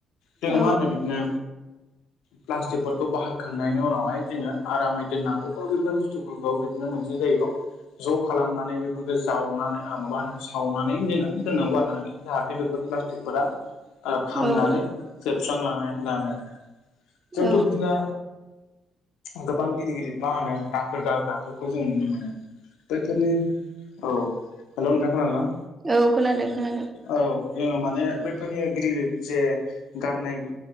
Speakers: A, on the left (about 90°); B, on the right (about 25°).
A: जोो
B: औ
A: मा होनो बिदिनो प्लास्टिकफोरखौ बाहायखांनायनि उनावहाय जोङो आरामै दोननांगौ बा बेफोर बुस्थुफोरखौ नो मोनसे जायगा ज' खालामनानै बे बेफोरखौ जावनानै माबा होनो सावनानै जोङो दोननांगौ आरोना नों जाहाथे बेफोर प्लास्टिकफोरा खामनानै
B: औ औ
A: जोबस्रांलांनो लाङो। जोंथ'
B: औ
A: बिदिनो गोबां गिदिर गिदिर मा होनो दाखोर गाग्राफोरखौ जों नुनो मोनो बेफोरनि औ हेलौ नोंथां खोनादोंना?
B: औ खोनादों खोनादों
A: औ जोङो माने बैफोरनि गिदिर गिदिर जे गारनाय